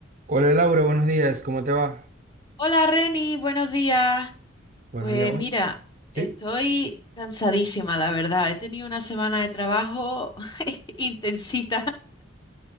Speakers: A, on the right (about 35°); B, on the left (about 20°).
A: Hola Laura, buenos días, ¿cómo te va?
B: Hola Reni, buenos días.
A: Buenos
B: Pues
A: días, hoy.
B: mira,
A: ¿Sí?
B: estoy cansadísima, la verdad. He tenido una semana de trabajo <laughs> intensita.